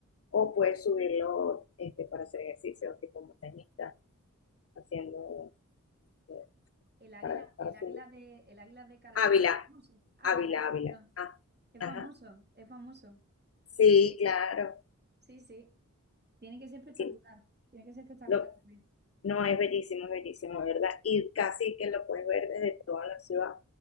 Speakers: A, on the left; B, on the right.
A: o pues subirlo este, para hacer ejercicio tipo montañista, haciendo eh,
B: el águila,
A: para, para
B: el águila
A: subir.
B: de, el águila de Caracas
A: Ávila,
B: es famoso. Ávila,
A: Ávila,
B: ese,
A: Ávila.
B: perdón.
A: Ah,
B: Es
A: ajá.
B: famoso, es famoso.
A: Sí,
B: Eh,
A: claro.
B: sí, sí. Tiene que ser espectacular.
A: Sí.
B: Tiene que ser espectacular
A: Lo,
B: también.
A: no, es bellísimo, es bellísimo, ¿verdad? Y casi que lo puedes ver desde toda la ciudad.